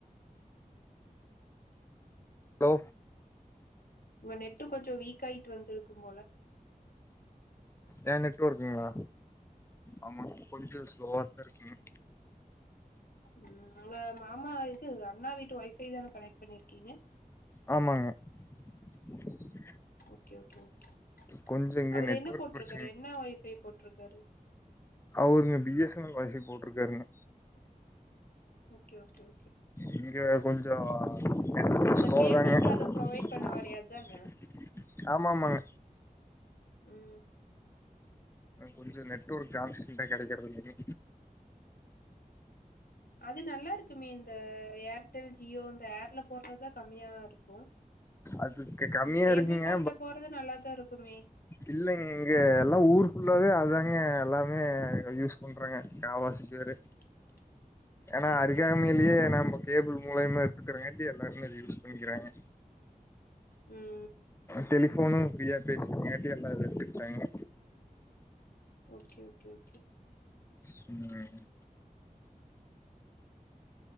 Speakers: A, on the left (about 15°); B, on the left (about 80°).
A: ஹலோ
B: உங்க நெட்டு கொஞ்சொ வீக் ஆயிட்டு வந்திருக்கும் போல
A: ஏ நெட் வொர்க்குங்ளா ஆமா கொஞ்சொ ஸ்லோவா தா இருக்குங்க
B: ம் அங்க மாமா இது அண்ணா வீட்டு ஒய்பை தானே கனெக்ட் பண்ணிருக்கீங்க
A: ஆமாங்க <inaudible>
B: ஓகே ஓகே ஓகே
A: கொஞ்சோ இங்க
B: அவரு
A: நெட்வொர்க்
B: என்ன போட்ருக்காரு
A: பிரச்சனை
B: என்ன ஒய்ஃபை போட்ருக்காரு
A: அவருங்க B S N L wifi போட்ருக்காருங்க
B: ஓகே ஓகே ஓகே
A: இங்கே கொஞ்சோ நெட்டு
B: அந்த
A: ஸ்லோ
B: கேபிள்காரர்
A: தாங்க
B: ப்ரொவைட் பண்ணுவாரே
A: <inaudible>
B: அதான
A: ஆமா ஆமாங்க
B: ம்
A: கொஞ்சொ நெட்ஒர்க்கு கான்ஸ்ட்ரன்டா கெடைக்கிறதுல்லேங்க
B: அது நல்லா இருக்குமே இந்த ஏர்டெல் ஜியோ இந்த ஏர்ல போடுறதா கம்மியா இருக்கு
A: அதுக்கு கம்மியா
B: ம் கேபிள்
A: இருக்குங்க
B: கார்ட்ட போறது நல்லாதா இருக்குமே
A: இல்லங்க இங்க எல்லா ஊரு ஃபுல்லாவே அதாங்க எல்லாமே யூஸ் பண் ண்றாங்க காவாசி பேரு
B: <inaudible>
A: ஏனா அருகாமையிலே
B: சேரி சேரி
A: நமக்கு டேபிள் மூலியமா எடுத்துக்கறாங்கன்ட்டு எல்லாருமே அத யூஸ் பண்ணிக்றாங்க
B: ம்
A: டெலிபோனு ஃப்ரியா பேசட்டுனு மேபி எல்லாரு எடுத்துக்கிட்டாங்க
B: ஓகே ஓகே ஓகே
A: ம்